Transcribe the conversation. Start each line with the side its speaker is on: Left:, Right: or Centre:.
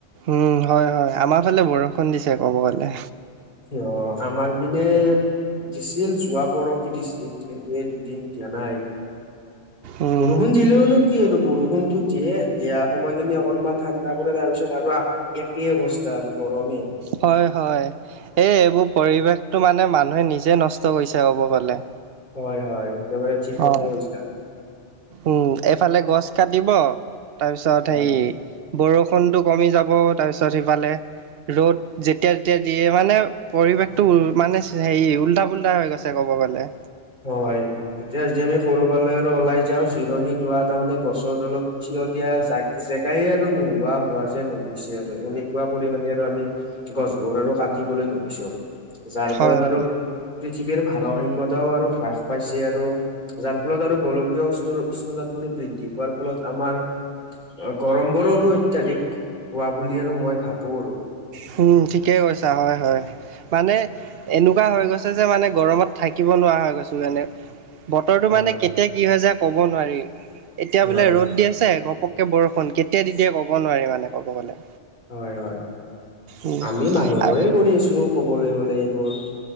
Right: উম হয় হয় আমাৰ ফালে বৰষুণ দিছে ক'ব গ'লে।
Left: অ আমাৰ পিনে দিছিল যোৱা পৰখি দিছিল কিন্তু এই দুদিন দিয়া নাই।
Right: উম
Left: বৰষুণ দিলেওনো কি এইটো বৰষুণটো দিয়ে দিয়া সময়খিনি অকনমান ঠা তাৰপিছত তাৰপৰা একেই অৱস্থা আৰু গৰমে।
Right: হয় হয়। এই এইবোৰ পৰিৱেশটো মানে মানুহে নিজে নষ্ট কৰিছে ক'ব গ'লে।
Left: হয় হয় একেবাৰে ঠিক কথা
Right: অ
Left: কৈছা।
Right: উম এফালে গছ কাটিব তাৰপিছত
Left: হয়
Right: হেৰী বৰষুণটো কমি যাব তাৰপিছত সিফালে ৰ'দ যেতিয়া তেতিয়া দিয়ে মানে পৰিৱেশটো উ মানে হেৰী উল্টা পুল্টা হৈ গৈছে ক'ব গ'লে।
Left: হয় এতিয়া যদি আমি ক'ৰবালে আৰু ওলাই যাওঁ জিৰণি লোৱা তাৰমানে গছ গছৰ তলত থিয় দিয়া জা জে প্ৰায়ে আৰু নোহোৱা হোৱা যেন হৈ গৈছে আৰু এনেকুৱা পৰিমাণে আৰু আমি গছবোৰ আৰু কাটিবলৈ ধৰিছো। যাৰ
Right: হয়,
Left: ফলত
Right: হয়।
Left: আৰু পৃথিৱীৰ ভাৰসাম্যতাও আৰু হ্ৰাস পাইছে আৰু যাৰ ফলত আৰু গোলকীয় উষ্ণ উষ্ণতা টোৰ বৃদ্ধি পোৱাৰ ফলত আমাৰ অ গৰমবোৰো আৰু অত্যাধিক হোৱা বুলি আৰু মই ভাবোঁ আৰু।
Right: হোম ঠিকেই কৈছা হয় হয়। মানে এনেকুৱা হৈ গৈছে যে মানে গৰমত থাকিব নোৱাৰা হৈ গৈছো যেনে বতৰটো
Left: হয়
Right: মানে কেতিয়া কি হয় যায় ক'ব নোৱাৰি। এতিয়া
Left: হয়
Right: বোলে ৰ'দ দি আছে ঘপ ঘপককে বৰষুণ কেতিয়া দি দিয়ে ক'ব নোৱাৰি মানে ক'ব গ'লে।
Left: হয় হয়,
Right: উম,
Left: আমি মানুহবোৰেই
Right: আ-
Left: কৰি আছোঁ ক'বলৈ গ'লে এইবোৰ।